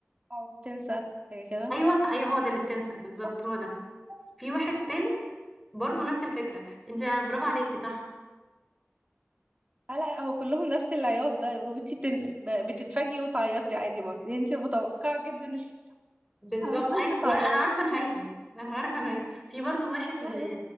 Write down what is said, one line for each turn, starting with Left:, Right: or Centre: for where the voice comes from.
Right: او تنسى حاجه كده
Centre: ايوه ايوه هو ده اللي بتنسى بالظبط
Right: شفت
Centre: هو ده
Right: شفت
Centre: في واحد تالت برضو نفس الفكره انت برافو عليكي صح
Right: آه لا لا هو كلهم نفس العياط ده وبنتي بتن... بتتفاجئي وتعيطي عادي برضه يعني انت متوقعه جدا الف-
Centre: بالظبط
Right: بس هتتفاجئي
Centre: اي
Right: <laughs> وتعيطي
Centre: وانا انا عارفه نهايته انا عارفه نهايته في برضو واحد
Right: آه.
Centre: ل...